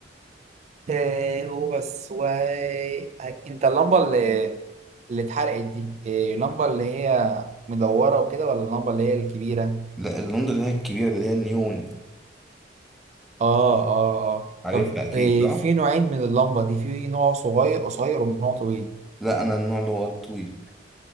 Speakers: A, on the right; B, in the centre.
A: إيه هو بس و هك- انت اللمبه اللي اللي اتحرقت دي إيه اللمبه اللي هي مدوره وكده ولا اللمبه اللي هي الكبيره
B: لا اللندا اللي هي الكبيره اللي هي النيون
A: اه اه اه
B: عارفها
A: طب
B: اكيد
A: إيه
B: صح
A: في نوعين من اللمبة دي في نوع صغير قصير ونوع طويل
B: لا انا النوع اللي هو الطويل